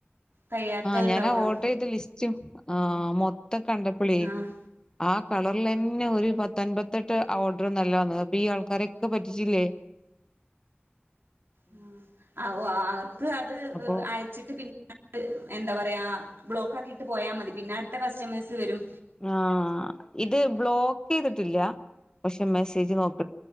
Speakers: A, on the right; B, on the left.
A: കഴിയാത്തത്
B: ആഹ്
A: ഉണ്ടാവുള്ളൂ
B: ഞാനാ ഓർഡർ ചെയ്ത ലിസ്റ്റ് ആഹ് മൊ ത്തം കണ്ടപ്പളെ.
A: ആഹ്
B: ആഹ് കളറിലന്നെ ഒരു പത്തൻമ്പ ത്തെട്ട് ഓർഡർ ഒന്നല്ല വന്നത്. ഇ ആൾക്കാരെക്കെ പറ്റിച്ചില്ലേ?
A: ഉം ഔ ആഹ് അത് അത്
B: അപ്പൊ
A: അയച്ചിട്ട് പിന്നെ എന്താ പറയാ. ബ്ലോക്ക് ആക്കീട്ട് പോയാ മതി പിന്നെ അട്ത്തെ കസ്റ്റമേഴ്സ് വെരും.
B: ആഹ് ഇത് ബ്ലോക്ക് ക്ക് ചെയ്തിട്ടില്ല പക്ഷെ മെസ്സേജ് നോക്ക